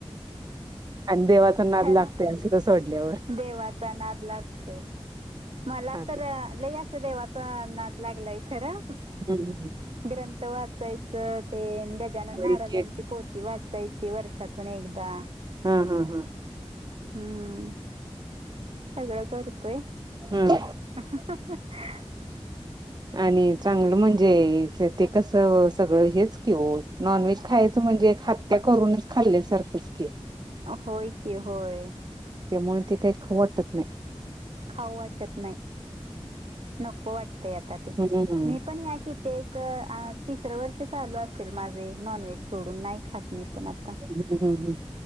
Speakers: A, on the right (about 40°); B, on the right (about 65°).
A: आणि देवाचा नाद
B: खरं
A: लागतोय असलं सोडल्यावर.
B: देवाचा नाद लागतोय. मला
A: असं.
B: तर लय असं देवाचा नाद लागलाय. खरं,
A: हम्म हम्म.
B: ग्रंथ वाचाय च तेन गजानन
A: होय
B: महाराजांची
A: की
B: पोती वाचायची वर्षातून एकदा
A: हा हा हा
B: हम्म सगळं करतोय,
A: हम्म
B: <unintelligible>
A: आणि चांगलं म्हणजे क ते कसं सगळं हेच की वो नॉनव्हेज खायाच म्हणजे हत्या करून, खाल्या सारखंच की.
B: होय की होय.
A: त्यामुळे ते काही खाऊ वाटत नाही.
B: खाऊ वाटत नाही नको वाटत. आता ते
A: हम्म हम्म
B: मी पण ह्या किती एक तिसरं वर्ष चालू अस ल माझे नॉनव्हेज सोडून नाही खात मी. पण आता
A: हम्म हम्म.